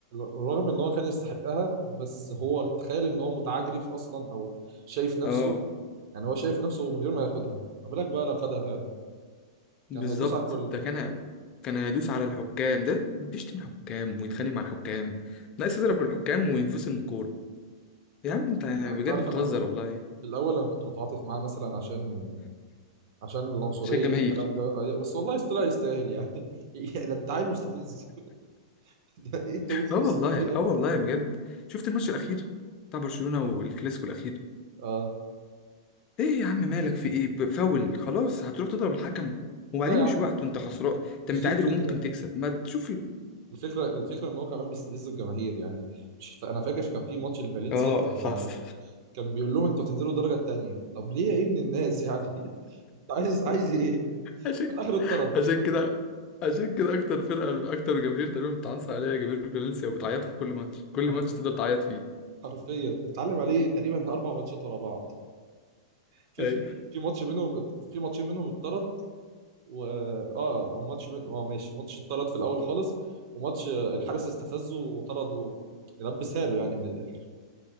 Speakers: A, on the right; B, on the left.
A: رغم ان هو كان يستحقها بس هو تخيل ان هو متعجرف اصلا او شايف نفسه
B: اه
A: يعني هو شايف نفسه من غير ما ياخدها ما بالك بقى لو خدها فعلا
B: بالظبط
A: كان هيدوس على الكل
B: ده كان هي- كان هيدوس على الحكام ده بيشتم الحكام ويتخانق مع الحكام ناقص يضرب الحكام وينفصل من الكوره يا عم انت بجد
A: يعني انت عارف
B: بتهزر
A: انا
B: والله
A: في الاول انا كنت بتعاطف معاه مثلا عشان عشان العنصريه
B: شايف الجماهير
A: والكلام ده آه، بس والله طلع يستاهل يعني <laughs> ده انت عيل مستفز <laughs> ده انت مستفز
B: اه والله
A: بطريقه
B: اه والله بجد شفت الماتش الاخير بتاع برشلونه والكلاسيكو الاخير
A: اه
B: ايه يا عم مالك في ايه ب- فاول خلاص هتروح تضرب الحكم وبعدين
A: لا يا
B: مش
A: عم
B: وقته انت خسران
A: م- م- مش
B: انت متعادل
A: دي الفكره
B: وممكن تكسب ما تشوف ال-
A: الفكره الفكره ان هو كمان بيستفز الجماهير يعني مش ف... انا فاكر كان في ماتش لفالنسيا
B: اه
A: ولا
B: حصل
A: كان بيقول لهم انتوا هتنزلوا الدرجه الثانيه طب ليه يا ابن الناس يعني <laughs> انت عايز عايز ايه
B: عشان
A: في الاخر اتطرد
B: عشان كده عشان كده اكتر فرقه اكتر جماهير تقريبا بتعنصر عليها جماهير فالنسيا وبتعيط في كل ماتش كل
A: <laughs>
B: ماتش تفضل تعيط فيه
A: حرفيا اتعلم عليه تقريبا اربع ماتشات ورا بعض في
B: ايوه
A: في ماتش منهم في ماتشين منهم اتطرد و اه آه، ماتش من... اه ماشي ماتش اتطرد في الاول خالص وماتش آه، الحارس استفزه وطرده لبسها له يعني من الاخر